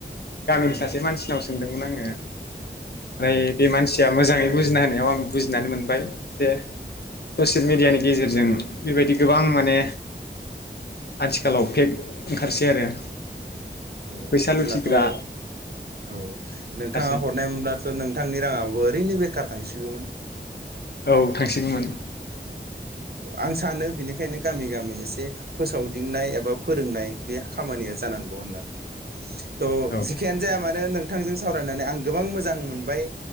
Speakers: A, on the left; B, on the right.
A: गामिनि
B: औ
A: सासे मानसिनाव सोंदोंमोन आङो। ओमफ्राय
B: औ
A: बे मानसिया मोजाङै बुजिना होनायाव आं बुजिनानै मोनबाय जे ससियेल मिेडियानि गेजेरजों बेबायदि गोबां माने आथिखालाव फेक ओंखारसै आरो।
B: औ
A: फैसा
B: ओमब्लाथ
A: लुथिग्रा
B: औ औ
A: ओंखारसै
B: नोंथाङा हरनाय मोनब्लाथ' नोंथांनि राङाबो ओरैनो बेखार। थांसिगौमोन।
A: औ थांसिगौमोन।
B: आं सानो बेनिखायनो गामि गामि एसे फोसावदिंनाय एबा फोरोंनाय बे खामानिया जानांगौ होननानै। थ'
A: औ
B: जेखाययानो जाया मानो नों। बिथांजों सावरायनानै आं गोबां मोजां मोनबाय